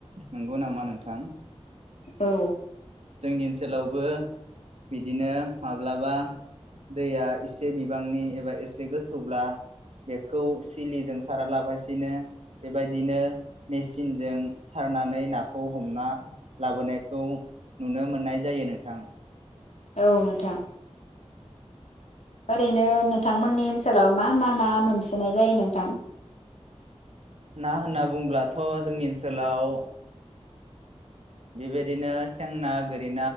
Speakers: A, on the right; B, on the left.
A: नंगौ नामा नोंथां?
B: औ
A: जोंनि ओनसोलावबो बिदिनो माब्लाबा दैया एसे बिबांनि एबा एसे गोथौब्ला बेखौ सिलिजों सारालागासिनो बेबायदिनो मेसिनजों सारनानै नाखौ हमना लाबोनायखौ नुनो मोननाय जायो नोंथां।
B: औ नोंथां ओरैनो नों थांमोननि ओनसोलाव मा मा ना मोनसोनाय जायो नोंथां?
A: ना होनना बुंब्लाथ' जोंनि ओनसोलाव बेबायदिनो सेंना गोरि